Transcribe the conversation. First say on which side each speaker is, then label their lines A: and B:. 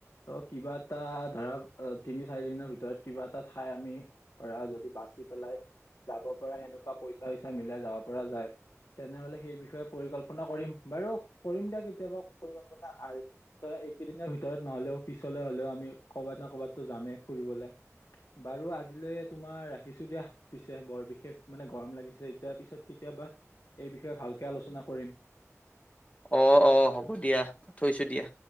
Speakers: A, on the left (about 70°); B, on the left (about 25°).
A: ত' কিবা এটা ধৰা, তিনি চাৰি দিনৰ ভিতৰত কিবা এটা ঠাই আমি ধৰা যদি বাচি পেলাই যাব পৰা সেনেকুৱা পইচা উইচা মিলাই যাব পৰা যায়, তেনেহলে সেই বিষয়ে পৰিকল্পনা কৰিম, বাৰু কৰিম দিয়া কেতিয়াবা পৰিকল্পনা ধ একেইদিনৰ ভিতৰত নহলেও পিছলে হলেও আমি কৰ'বাত ন কৰ'ৰবাতো যামেই ফুৰিবলে, বাৰু আজিলৈ তোমাৰ ৰাখিছো দিয়া। পিছে বৰ বিশেষ মানে গৰম লাগিছে, এতিয়া পিছত কেতিয়াবা এই বিষয়ে ভালকে আলোচনা কৰিম।
B: অ' অ' হ'ব দিয়া, প থৈছো দিয়া।